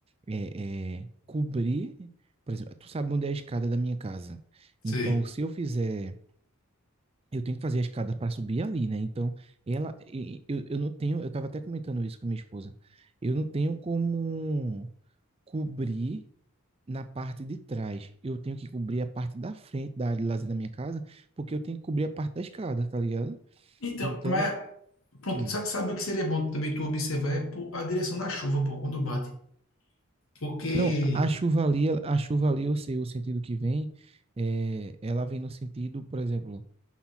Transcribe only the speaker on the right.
é, é cobrir, por exemplo, tu sabe onde é a escada da minha casa.
Então, se eu fizer, eu tenho que fazer a escada para subir ali, né? Então, ela, e- e- eu, eu não tenho, eu estava até comentando isso com minha esposa, eu não tenho como cobrir na parte de trás. Eu tenho que cobrir a parte da frente da área de lazer da minha casa, porque eu tenho que cobrir a parte da escada, tá ligado?
Então,
hum.
não, a chuva ali, a chuva ali, eu sei o sentido que vem. é, ela vem no sentido, por exemplo,